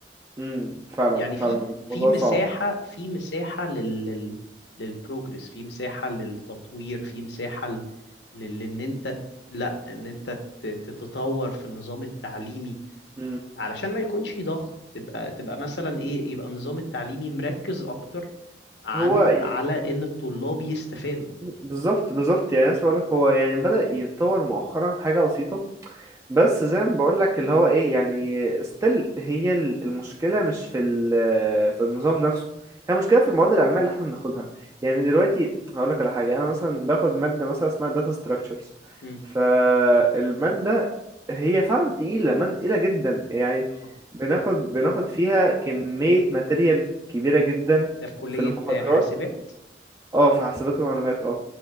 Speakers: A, on the right (about 20°); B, on the left (about 70°).
A: امم فعلا
B: يعني
A: فعلا
B: في
A: الموضوع
B: في مساحة
A: صعب
B: في مساحة لل لل للبروجرس في مساحة للتطوير في مساحة ل- لل ان انت لا ان انت ت- تتطور في النظام التعليمي
A: امم
B: علشان ما يكونش ضغط تبقى تبقى مثلا ايه يبقى النظام التعليمي مركز اكتر عن
A: هو ي-
B: على ان الطلاب يستفادوا
A: بالظبط بالظبط يعني أنا لك هو يعني بدأ يتطور مؤخرا حاجة بسيطة بس زي ما بقولك اللي هو ايه يعني ستيل هي ال- المشكلة مش في ال- في النظام نفسه هي المشكلة في المواد العلمية اللي احنا بناخدها يعني دلوقتي هقولك على حاجة انا مثلا باخد مادة مثلا اسمها داتا ستراكشرز
B: امم
A: فالمادة هي فعلا تقيلة مادة تقيلة جدا يعني
B: اه
A: بناخد بناخد فيها كمية ماتيريال كبيرة جدا
B: انت في كلية
A: في المحاضرات
B: حاسبات
A: اه في حاسبات ومعلومات اه